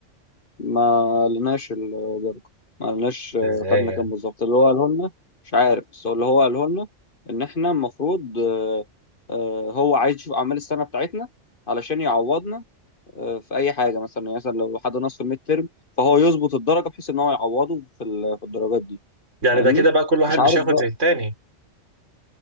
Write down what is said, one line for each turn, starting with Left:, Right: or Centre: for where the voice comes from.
Left: ما لناش الدرجه ما لناش آه،
Right: ده ازاي
Left: خدنا
Right: يعني
Left: كام بالظبط اللي هو قاله لنا مش عارف بس هو اللي هو قاله لنا ان احنا المفروض آه، آه، هو عايز يشوف اعمال السنه بتاعتنا علشان يعوضنا آه، في اي حاجه مثلا يعني مثلا لو حد نقص في الميد ترم فهو يظبط الدرجه بحيث ان هو يعوضه في ال- في الدرجات دي
Right: يعني
Left: فاهمني
Right: ده كده بقى كل واحد
Left: مش عارف
Right: مش هياخد
Left: بقى
Right: زي التاني